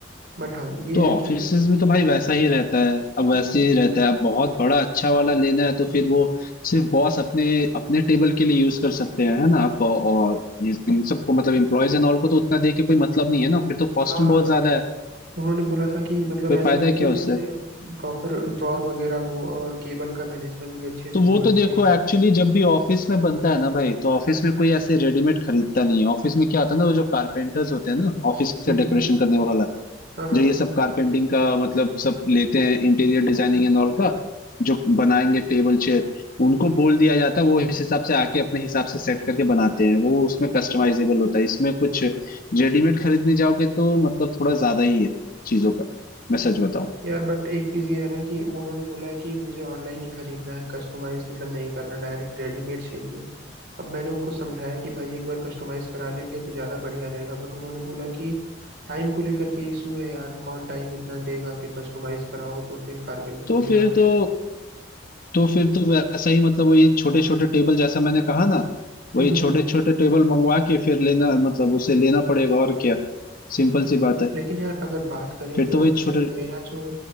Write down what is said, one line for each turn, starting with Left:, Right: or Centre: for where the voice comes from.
Right: बट हाँ ये
Left: तो
Right: है
Left: ऑफिसेज
Right: कि
Left: में तो भाई वैसा ही रहता है अब वैसे ही रहता है अब बहुत बड़ा अच्छा वाला लेना है तो फिर वो सिर्फ बॉस अपने अपने टेबल के लिए यूज कर सकते हैं है ना आप और ये- इन सबको मतलब एम्प्लॉयज एंड ऑल को तो उतना दे के कोई मतलब नहीं है ना फिर तो कॉस्टिंग
Right: हाँ हाँ
Left: बहुत ज्यादा है
Right: उन्होंने बोला था कि मतलब
Left: कोई
Right: ऐसा
Left: फायदा
Right: चाहिए
Left: है क्या
Right: जिसमें
Left: उससे
Right: प्रॉपर ड्रॉर वगैरह हो और केबल का मैनेजमेंट भी अच्छे से
Left: तो वो
Right: हो रखे
Left: तो देखो एक्चुअली जब भी ऑफिस में बनता है ना भाई तो ऑफिस में कोई ऐसे रेडीमेड खरीदता नहीं है ऑफिस में क्या होता है ना वो जो कारपेंटर्स होते हैं ना ऑफिस
Right: हम्म
Left: का डेकोरेशन
Right: हम्म, हम्म,
Left: करने वाला
Right: हाँ हाँ
Left: जो ये सब कारपेंटिंग का मतलब सब लेते हैं इंटीरियर डिजाइनिंग एंड ऑल का जो बनाएंगे टेबल चेयर उनको बोल दिया जाता है वो इस हिसाब से आके अपने हिसाब से सेट करके बनाते हैं वो उसमें कस्टमाइजेबल होता है इसमें कुछ रेडीमेड खरीदने जाओगे तो मतलब थोड़ा ज्यादा ही है चीजों का मैं सच बताऊं तो
Right: यार बट एक चीज ये है ना कि उन्होंने बोला है कि मुझे ऑनलाइन ही खरीदना है कस्टमाइज मतलब नहीं करना डायरेक्ट रेडीमेड चाहिए अब मैंने उनको समझाया कि भाई एक बार कस्टमाइज करा लेंगे तो ज्यादा बढ़िया रहेगा बट उन्होंने बोला कि टाइम को लेकर के इशू है यार कौन टाइम इतना देगा फिर कस्टमाइज कराओ तो फिर कारपेंटर
Left: तो
Right: को बुलाओ
Left: फिर तो तो फिर तो वैसा ही मतलब वही छोटे छोटे टेबल जैसा मैंने कहा ना
Right: <laughs>
Left: वही छोटे छोटे टेबल मंगवा के फिर लेना मतलब उसे लेना पड़ेगा और क्या सिंपल सी बात है
Right: लेकिन यार अगर बात करें
Left: फिर
Right: तो
Left: तो वही छोटे
Right: मेर, मेरा जो